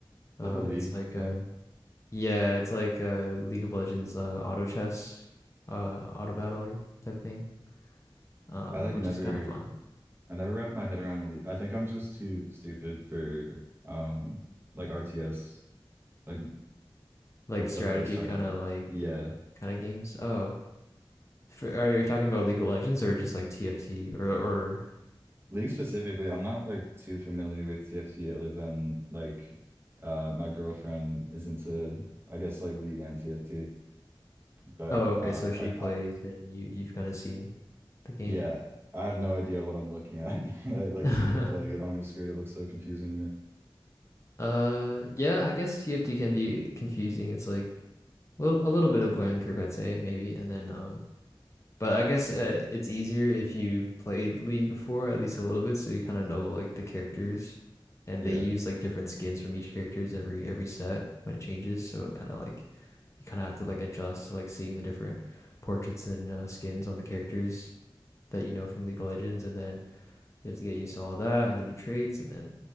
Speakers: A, on the left; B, on the right.
A: Uh,
B: that the league
A: it's like
B: thing?
A: uh Yeah, it's like uh League of Legends uh auto chess uh auto battler type thing. Um
B: I like
A: which
B: never
A: is kind of fun.
B: I never wrap my head around the league. I think I'm just too stupid for um like RTS like
A: Like
B: or
A: strategy
B: like those types
A: kind
B: of
A: of like
B: yeah.
A: kind of games. Oh, for, are you talking about League of Legends or just like TFT or or
B: League specifically, I'm not like too familiar with TFT other than like uh my girlfriend is into I guess like League and TFT. But
A: Oh, okay,
B: uh
A: so she
B: like
A: plays
B: I
A: and you you've kind of seen the game.
B: yeah, I have no idea what I'm looking at. <laughs> I like
A: <laughs>
B: see her playing it on her screen. It looks so confusing to me.
A: Uh yeah, I guess TFT can be confusing. It's like a little, a little bit of learning curve I'd say maybe and then um But I guess uh, it's easier if you've played League before, at least a little bit, so you kind of know like the characters, and
B: Yeah.
A: they use like different skins from each characters every every set when it changes. So it kind of like you kind of have to like adjust to like seeing the different portraits and uh, skins on the characters that you know from League of Legends, and then you have to get used to all that and the new traits, and then